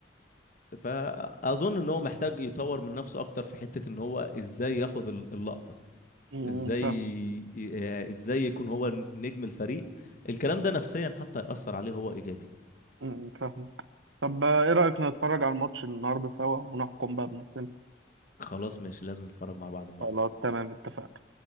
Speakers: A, on the left (about 45°); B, on the right (about 70°).
A: فاظن ان هو محتاج يطور من نفسه اكتر في حته ان هو ازاي ياخد ال- اللقطه
B: امم،
A: ازاي
B: فاهم
A: ي- آه، ازاي يكون هو نجم الفريق الكلام ده نفسيا حتى يأثر عليه هو ايجابي
B: امم، فاهمك طب آه، ايه رأيك نتفرج على الماتش النهارده سوا ونحكم بقى بنفسنا
A: خلاص ماشي لازم نتفرج مع بعض النهارده
B: خلاص تمام اتفقنا